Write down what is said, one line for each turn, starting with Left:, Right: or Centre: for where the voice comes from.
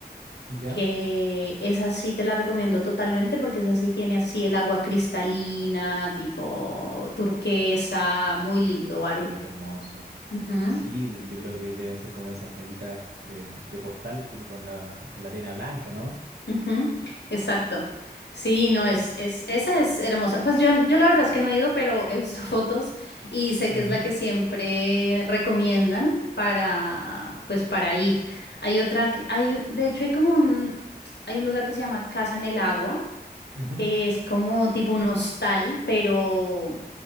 Right: ya.
Left: que esa sí te la recomiendo totalmente porque esa sí tiene así el agua cristalina, tipo turquesa, muy lindo,
Right: Mira,
Left: Barú.
Right: qué hermoso.
Left: Ujú,
Right: Sí, de- yo creo que deben ser como esas playitas de, de postal que- con la, con la arena blanca, ¿no?
Left: ujú, Exacto. Sí, no, es, es, esa es hermosa. Pues yo, yo la verdad es que no he ido, pero he visto <laughs> fotos y sé
Right: Ujú,
Left: que es la que siempre recomiendan para, pues para ir. Hay otra, que- hay, de hecho hay como un, hay un lugar que se llama Casa en el Agua
Right: ujú,
Left: Es como tipo un hostal, pero,